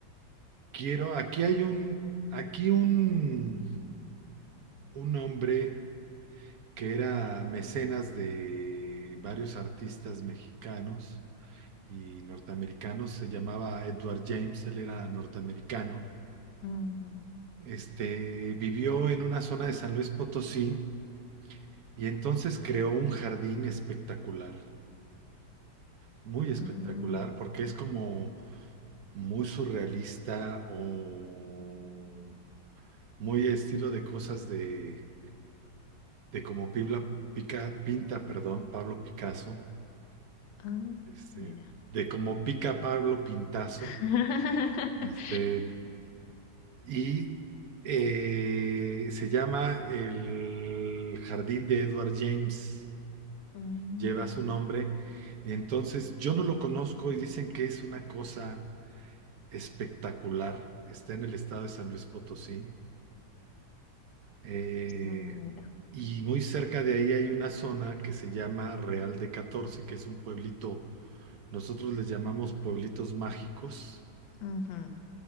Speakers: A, on the right (about 65°); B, on the left (about 85°).
A: Quiero, aquí hay un, aquí un, un hombre que era mecenas de varios artistas mexicanos y norteamericanos, se llamaba Edward James, él era norteamericano.
B: ujú.
A: Este, vivió en una zona de San Luis Potosí y entonces creó un jardín espectacular, muy espectacular,
B: Ah,
A: porque es como muy surrealista o muy estilo de cosas de de cómo Pibla pica, pinta, perdón, Pablo Picasso,
B: ah,
A: este,
B: mira.
A: de cómo pica Pablo Pintazo,
B: <laughs>
A: este, y eh, se llama El Jardín de Edward James,
B: Mm,
A: lleva su nombre, entonces yo no lo conozco y dicen que es una cosa espectacular, está en el estado de San Luis Potosí, Eh,
B: ah, mira.
A: y muy cerca de ahí hay una zona que se llama Real de Catorce, que es un pueblito, nosotros les llamamos pueblitos mágicos,
B: Ujú.